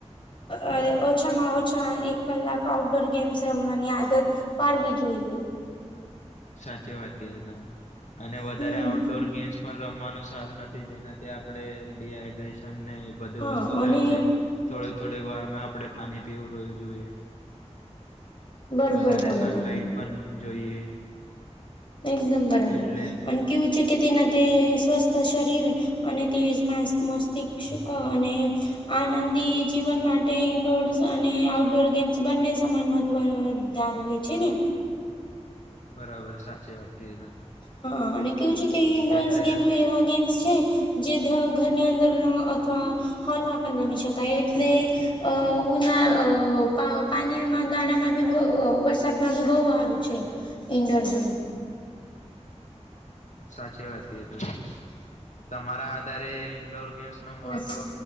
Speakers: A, on the left (about 40°); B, on the left (about 80°).
A: અહ ઓછામાં ઓછા એક કલાક આઉટ ગેમ્સ રમવાની આદત પાડવી જોઈએ.
B: સાચી વાત કીધી તમે અને વધારે
A: હમ
B: આઉટડોર ગેમ્સ પણ રમવાનું સારું નથી જેનાથી આપડે ડીહાઈડ્રેસ સન નહી એ બધી
A: હા
B: વસ્તુ
A: અને
B: થાય છે થોડીક થોડીક વારમાં આપડે પાણી પીવું રહવું જોઈએ.
A: બરોબર
B: વધારે
A: બોલે
B: સનલાઈટ
A: તમે
B: પણ જોઈએ.
A: એકદમ બરાબર
B: એટલે
A: અને કેવું છે કે તેના તે સ્વસ્થ શરીર અને તે જ માસ મસ્તીક્ષ અને આનંદી જીવન માટે ઇન્ડોર્સ અને આઉટડોર ગેમ્સ બંને સમાન મહત્વનો હોય. ધારું એ છે ને.
B: બરાબર સાચે વાત કરી તમે.
A: હા અને કેવું છે કે ઈન્ડોરસ
B: એટલે
A: ગેમ્સ
B: જ
A: બી એવા ગેમ્સ છે જે ધ ઘરની અંદર અથવા હોલમાં પણ રમી શકાય એટલે અહ ઉના અહ પા-પાણીમાં દાણામાં બી અહ વ વરસાદમાં બી બહુ હારું છે. Indoor game.
B: સાચી વાત કીધી તમે. તમારા આધારે ઈન્ડોર ગેમ્સ નો મહત્વ
A: યસ